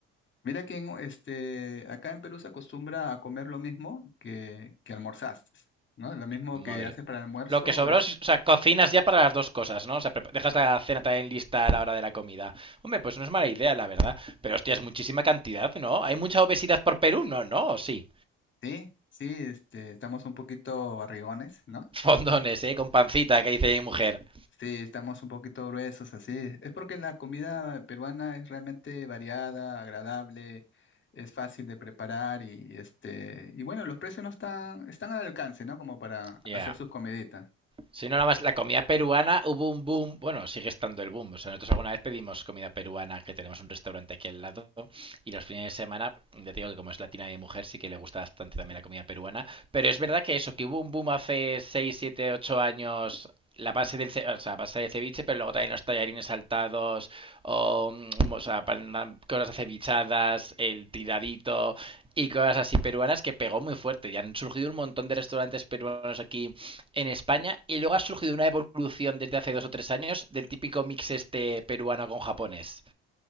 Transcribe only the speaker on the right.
Madre.
Lo que sobró,
o sea, cocinas ya para las dos cosas, ¿no? O sea, dejas la cena también lista a la hora de la comida. Hombre, pues no es mala idea, la verdad. Pero hostia, es muchísima cantidad, ¿no? ¿Hay mucha obesidad por Perú? No, no, sí.
<laughs>
Fondones, ¿eh? Con pancita, que dice mi mujer.
Ya.
Yeah.
Si no, nada más la comida peruana hubo un boom, bueno, sigue estando el boom. O sea, nosotros alguna vez pedimos comida peruana, que tenemos un restaurante aquí al lado, y los fines de semana, ya te digo que como es latina mi mujer, sí que le gusta bastante también la comida peruana. Pero es verdad que eso, que hubo un boom hace seis siete ocho años la base del ce- o sea, base de ceviche, pero luego también los tallarines saltados, o, mm, o sea, pan- cosas acevichadas, el tiradito y cosas así peruanas que pegó muy fuerte. Y han surgido un montón de restaurantes peruanos aquí en España y luego ha surgido una evolución desde hace dos o tres años del típico mix este peruano con japonés.